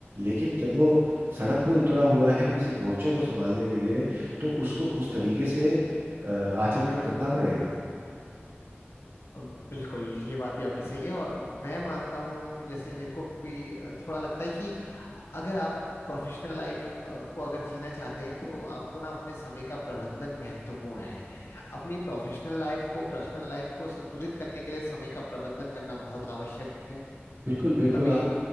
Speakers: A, on the right; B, on the left.
A: लेकिन जब वो सड़क पे उतरा हुआ है किसी मोर्चे को संभालने के लिए तो उसको उस तरीके से अ, आचरण करना पड़ेगा
B: अम, बिल्कुल ये बात भी आपकी सही है और मैं मानता हूँ जैसे मेरे को भी अ, थोड़ा लगता है कि अगर आप प्रोफेशनल लाइफ को अगर जीना चाहते हैं तो आपको ना अपने समय का प्रबंधन महत्वपूर्ण है अपनी प्रोफेशनल लाइफ को पर्सनल लाइफ को संतुलित करने के लिए समय का प्रबंधन करना बहुत आवश्यक है
A: बिल्कुल बिल्कुल
B: तभी
A: आप